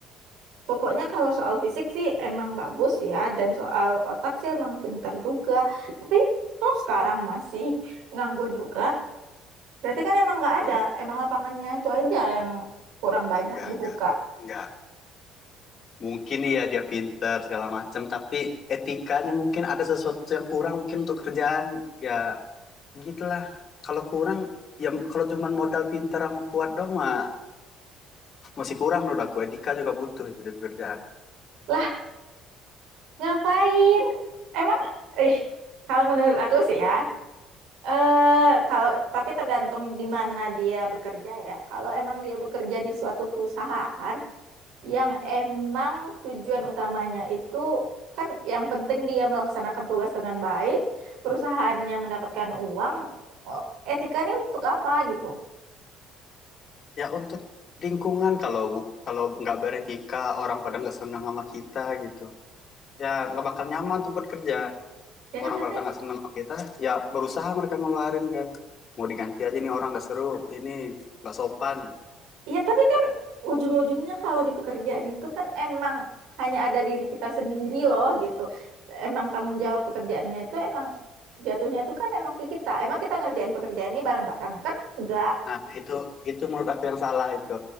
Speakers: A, on the right; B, on the left.
A: pokoknya kalau soal fisik sih emang bagus ya dan soal otak sih emang pinter juga tapi toh sekarang masih nganggur juga berarti kan emang nggak ada
B: Ah,
A: emang lapangannya itu aja yang kurang banyak
B: Enggak,
A: dibuka
B: enggak. Enggak. Mungkin iya dia pinter segala macam, tapi etikanya mungkin ada sesuatu yang kurang mungkin untuk kerjaan. Ya, gitulah kalau kurang ya kalau cuma modal pintar sama kuat doang mah masih kurang menurut aku etika juga butuh itu di pekerjaan
A: Lah. Ngapain? Emang, eh, kalau menurut aku sih ya, eh kalau tapi tergantung di mana dia bekerja ya. Kalau emang dia bekerja di suatu perusahaan yang emang tujuan utamanya itu kan yang penting dia melaksanakan tugas dengan baik, perusahaannya mendapatkan uang, eh, etika ini untuk apa gitu?
B: ya untuk lingkungan kalau kalau nggak beretika orang pada nggak senang sama kita gitu ya nggak bakal nyaman tempat kerja
A: Ya kan,
B: orang
A: tapi
B: pada nggak senang sama kita ya berusaha mereka ngeluarin kan mau diganti aja nih orang nggak seru ini nggak sopan
A: Iya, tapi kan ujung-ujungnya kalau di pekerjaan itu kan emang hanya ada diri kita sendiri loh gitu. Emang tanggung jawab pekerjaannya itu emang jatuhnya tuh kan emang ke kita. Emang kita ngerjain pekerjaan ini bareng-bareng kan enggak.
B: Nah, itu itu menurut aku yang salah itu.